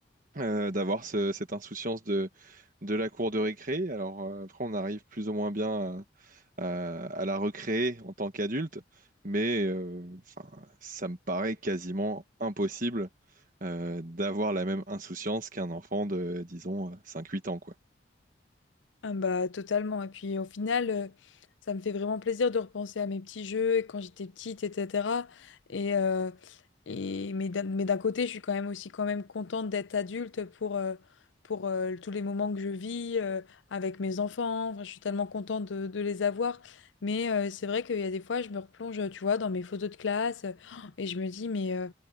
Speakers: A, on the right; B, on the left.
A: euh, d'avoir ce- cette insouciance de, de la cour de récré. Alors euh, après, on arrive plus ou moins bien à, à la recréer en tant qu'adulte, mais euh, enfin, ça me paraît quasiment impossible euh, d'avoir la même insouciance qu'un enfant de, disons, euh, 5-8 ans, quoi.
B: Ah bah totalement. Et puis au final, euh, ça me fait vraiment plaisir de repenser à mes petits jeux et quand j'étais petite, etc. Et, euh, et mais d'un mais d'un côté, je suis quand même aussi quand même contente d'être adulte pour, euh, pour euh, tous les moments que je vis euh, avec mes enfants. Enfin, je suis tellement contente de, de les avoir. Mais euh, c'est vrai qu'il y a des fois, je me replonge, tu vois, dans mes photos de classe euh, <gasps> et je me dis, mais euh,